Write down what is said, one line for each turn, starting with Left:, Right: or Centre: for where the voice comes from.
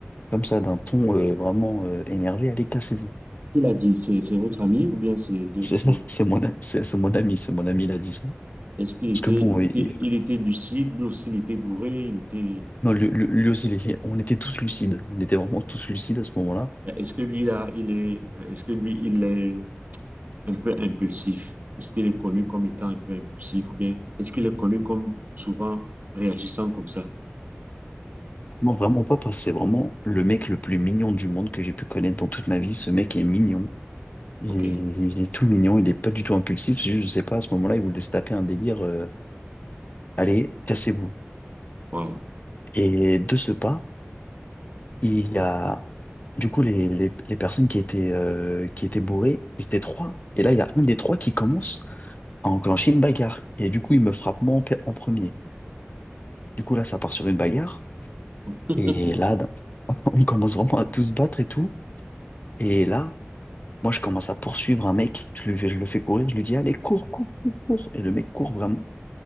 Left: Comme ça, d'un ton euh, vraiment euh, énervé, allez, cassez-vous.
Right: Qui l'a dit? C'est c'est votre ami ou bien c'est de
Left: C'est
Right: c'est-
Left: ça, c'est mon, c'est c'est mon ami, c'est mon ami, il a dit ça.
Right: Est-ce qu'il était,
Left: Parce que bon,
Right: il
Left: il-
Right: était il était lucide, lui aussi il était bourré, il était
Left: Non, lui, lui- lui aussi, il est- on était tous lucides. On était vraiment tous lucides à ce moment-là.
Right: est-ce que lui là, il est est-ce que lui il est un peu impulsif? Est-ce qu'il est connu comme étant un peu impulsif ou bien est-ce qu'il est connu comme souvent réagissant comme ça?
Left: Non, vraiment pas, parce que c'est vraiment le mec le plus mignon du monde que j'ai pu connaître dans toute ma vie. Ce mec est mignon. Il
Right: OK.
Left: est, il est tout mignon, il n'est pas du tout impulsif. Je ne sais pas, à ce moment-là, il voulait se taper un délire. euh, allez, cassez-vous.
Right: Waouh.
Left: Et de ce pas, il y a du coup les, les, les personnes qui étaient, euh, qui étaient bourrées, ils étaient trois. Et là, il y a un des trois qui commence à enclencher une bagarre. Et du coup, il me frappe moi en pe- en premier. Du coup, là, ça part sur une bagarre.
Right: <laughs>
Left: Et là, dans- <laughs> on commence vraiment à tous se battre et tout. Et là, moi, je commence à poursuivre un mec. Je lui, fais- je le fais courir. Je lui dis, allez, cours, cours, cours, cours. Et le mec court vraiment.